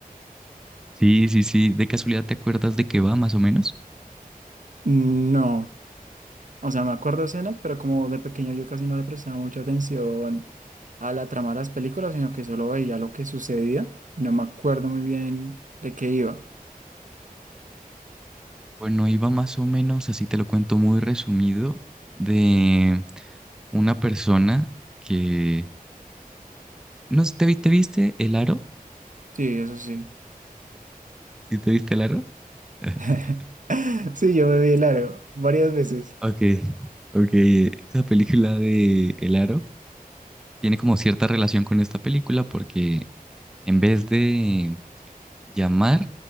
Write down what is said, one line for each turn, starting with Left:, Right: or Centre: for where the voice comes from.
Centre: Sí, sí, sí. ¿De casualidad te acuerdas de qué va más o menos?
Right: No. O sea, me acuerdo escenas, pero como de pequeño yo casi no le prestaba mucha atención a la trama de las películas, sino que solo veía lo que sucedía. No me acuerdo muy bien de qué iba.
Centre: Bueno, iba más o menos, así te lo cuento muy resumido, de una persona que... No, sé, ¿te, vi- te viste El Aro?
Right: Sí, eso sí.
Centre: ¿Sí te viste el aro? <laughs>
Right: <laughs> Sí, yo me vi el aro varias veces.
Centre: Ok, ok. eh, Esa película de El Aro tiene como cierta relación con esta película porque en vez de llamar,